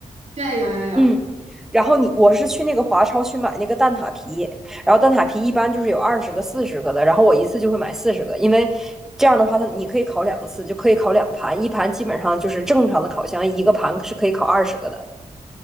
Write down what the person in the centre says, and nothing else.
嗯，然后你我是去那个华超去买那个蛋挞皮，然后蛋挞皮一般就是有二十个、四十个的，然后我一次就会买四十个，因为这样的话它你可以烤两次，就可以烤两盘，一盘基本上就是正常的烤箱一个盘是可以烤二十个的。